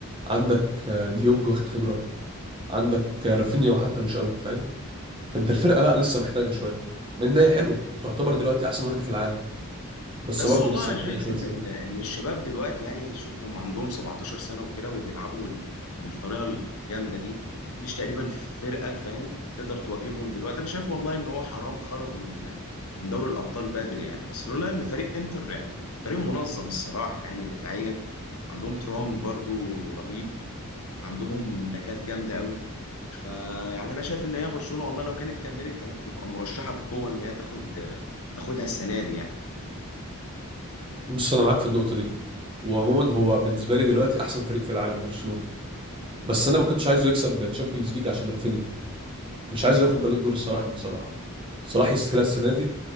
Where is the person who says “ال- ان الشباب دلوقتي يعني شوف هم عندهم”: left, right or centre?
Left